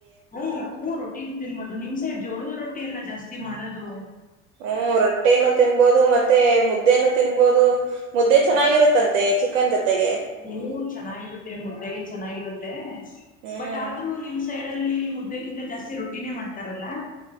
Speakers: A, on the left; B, on the right.
A: ಹ್ಮ ಹ ತಿನ್ ತಿನ್ಬೋದು ನಿಮ್ ಸೈಡ್ ಜೋಳದ ರೊಟ್ಟಿ ಎಲ್ಲ ಜಾಸ್ತಿ ಮಾಡೋದು.
B: ಹ್ಮ ರೊಟ್ಟೇನು ತಿನ್ಬೋದು ಮತ್ತೆ ಮುದ್ದೇನು ತಿನ್ಬೋದು ಮುದ್ದೆ ಚೆನ್ನಾಗಿರುತ್ತಂತೆ
A: ಹ್ಮ್
B: ಚಿಕನ್ ಜೊತೆಗೆ
A: ಹೂ ಚೆನ್ನಾಗಿರುತ್ತೆ ಮುದ್ದೆಗೆ ಚೆನ್ನಾಗಿರುತ್ತೆ
B: ಹ್ಮ್
A: ಬಟ್ ಆದ್ರೂ ನಿಮ್ ಸೈಡ್ ಲ್ಲಿ ಮುದ್ದಗಿಂದ ಜಾಸ್ತಿ ರೊಟ್ಟಿನೇ ಮಾಡ್ತಾರಲ್ಲಾ